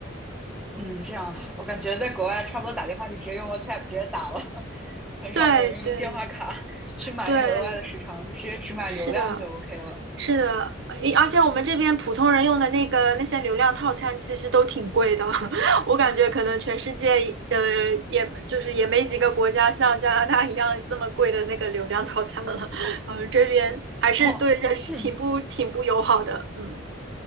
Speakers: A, in the centre; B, on the right (about 60°).
A: 嗯，这样我感觉在国外差不多打电话就直接用 WhatsApp 直接打了，<laughs> 很少有人用电话卡去买那个额外的时长，
B: 对对对，
A: 就直接只买流量就
B: 是的，
A: OK 了。
B: 是的，诶而且我们这边普通人用的那个那些流量套餐其实都挺贵的，<laughs> 我感觉可能全世界呃，也就是也没几个国家像加拿大一样这么贵的那个流量套餐了，<laughs>
A: 哦，
B: 呃，这边还是对人是挺不挺不友好的，
A: 哦嗯
B: 嗯